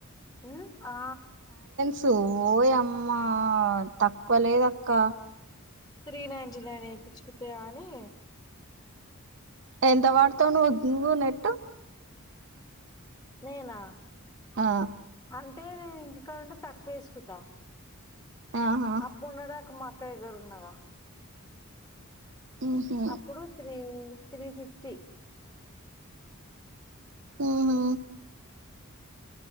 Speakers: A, on the left (about 20°); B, on the right (about 60°).
A: మ్ ఆ
B: సోయమ్మ తక్కువలేద్ అక్క.
A: త్రీ నైన్టీ నైన్ ఏపిచ్చుకుంటే కానీ
B: ఎంత వాడుతావ్ నువ్వు జీవో నెట్టు?
A: నేనా
B: ఆ
A: అంటే నేను ఇంటికాడుంటే తక్కువేసుకున్తా.
B: ఆహా
A: అప్పుడున్నదాకా మక్ క్క దగ్గర ఉన్నగా,
B: ఉహు
A: అప్పుడు త్రీ త్రీ ఫిఫ్టీ.
B: ఊన
A: మ్